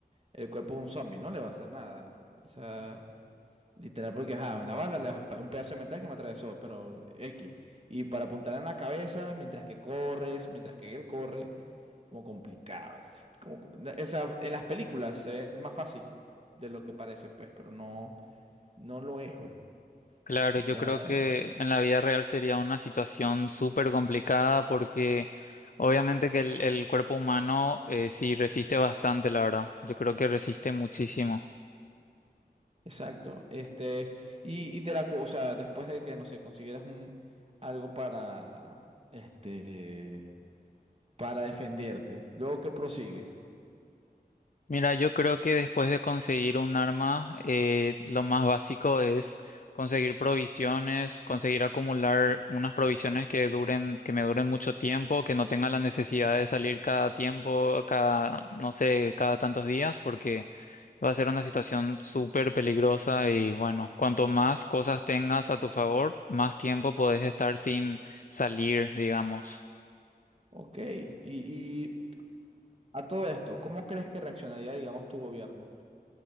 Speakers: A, on the right; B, on the left.
A: el cuerpo de un zombie, no le va a hacer nada. O sea, Literal, porque ajá, una bala, la- un pedazo de metal que me atravesó, pero X. Y para apuntar en la cabeza, mientras que corres, mientras que él corre, como complicado. es como- no, o sea, en las películas se ve más fácil de lo que parece, pues, pero no, no lo es, güey.
B: Claro,
A: O
B: yo
A: sea,
B: creo que en la vida real sería una situación súper complicada porque obviamente que el, el cuerpo humano eh, sí resiste bastante, la verdad. Yo creo que resiste muchísimo.
A: exacto. Este, y, y de la cosa, después de que, no sé, consiguieras un algo para, este, para defenderte. Luego que prosigue.
B: Mira, yo creo que después de conseguir un arma, eh, lo más básico es conseguir provisiones, conseguir acumular unas provisiones que duren, que me duren mucho tiempo, que no tenga la necesidad de salir cada tiempo, cada, no sé, cada tantos días, porque Va a ser una situación súper peligrosa y bueno, cuanto más cosas tengas a tu favor, más tiempo podés estar sin salir, digamos.
A: Ok, y, A todo esto, ¿cómo crees que reaccionaría, digamos, tu gobierno?